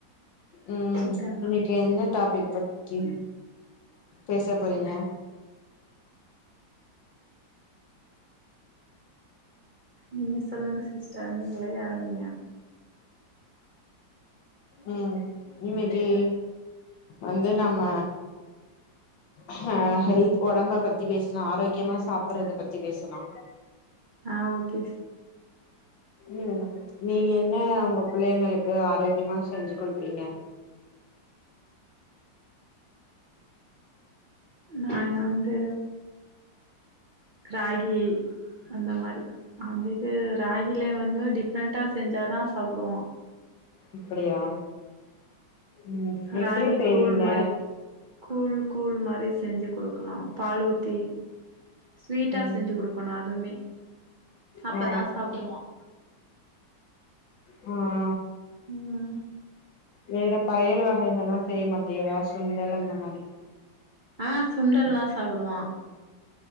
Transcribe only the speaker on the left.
ம்
இன்னைக்கு என்ன டாபிக் பத்தி பேச போறீங்க
அ இன்னைக்கு வந்து நாம்ம ஹா ஹெல்த் உடம்பை பத்தி பேசலா ஆரோக்கியமா சாப்பிடுறத பத்தி பேசலா
உம் நீங்க என்ன உங்க பிள்ளைங்களுக்கு ஆரோக்கியமா செஞ்சு குடுப்பீங்க
அப்டியா உம் எப்டி
செய்வீங்க
ம்
ஆ
ஹ
வேற பயிர் வகைகளல்லா செய்ய மாட்டீகளா சுண்டல் அந்த மாரி